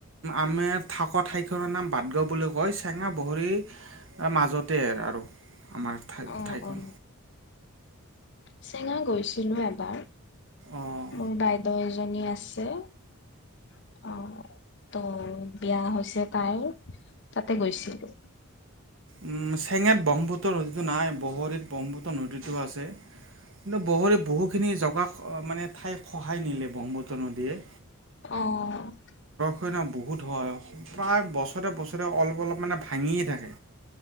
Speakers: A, on the right (about 60°); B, on the left (about 50°).
A: আমাৰ থকা ঠাইখনৰ নাম বাটগাঁও বুলি কয় চেঙা বহৰি এ, মাজতে আৰু আমাৰ। ঠাই
B: অ',
A: ঠাইখন
B: অ'। চেঙা গৈছিলোঁ এবাৰ।
A: উম
B: মোৰ বাইদেউ এজনী আছে। অ', ত' বিয়া হৈছে তাইৰ। তাতে গৈছিলোঁ।
A: উম চেঙাত ব্ৰহ্মপুত্ৰ নদীতটো নাই বগৰীত ব্ৰহ্মপুত্ৰ নদীতটো আছে। কিন্ত বহুৰে বহুখিনি জগা মানে ঠাই সহায় নিলে ব্ৰহ্মুত্ৰ নদীয়ে।
B: অ'।
A: ন বহুত হয় প্ৰায় বছৰে বছৰে অলপ অলপ মানে ভাঙিয়ে থাকে।